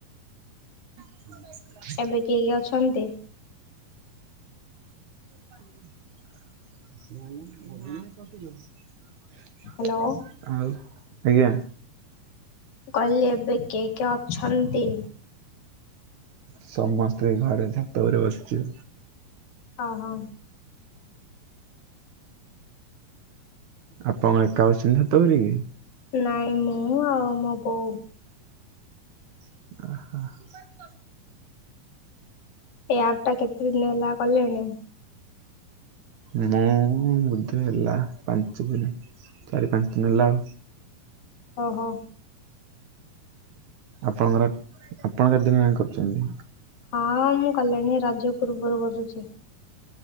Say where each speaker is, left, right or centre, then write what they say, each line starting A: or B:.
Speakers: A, on the right; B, on the left.
A: ହ <inaudible>
B: ଏବେ କିଏ କିଏ ଅଛନ୍ତି?
A: <inaudible>
B: ହ୍ୟାଲୋ।
A: ଆଉ ଆଜ୍ଞା।
B: କହିଲି ଏବେ କିଏ କିଏ ଅଛନ୍ତି?
A: ସମସ୍ତେ ଘରେ ଛାତ ଉପରେ ବସିଚୁ।
B: ଓହୋ।
A: ଆପଣ କଣ ଏକା ବସିଛନ୍ତି ଛାତ ଉପରେ କି?
B: ନାଇଁ ମୁଁ ଆଉ ମୋ ବୋଉ।
A: <inaudible>
B: ଏ ଆପ୍ ଟା କେତେ ଦିନ ହେଲା କଲେଣି?
A: ମୁଁ ବଧେ ହେଲା ପାଞ୍ଚ ଦିନ। ଚାରି ପାଞ୍ଚ ଦିନ ହେଲା ଆଉ
B: ଓହୋ
A: ଆପଣଙ୍କର ଆପଣ କେତେ ଦିନହେଲାଣି କରୁଛନ୍ତି?
B: ହଁ ମୁଁ କଲିଣି ରଜ ପୂର୍ବରୁ କରୁଛି।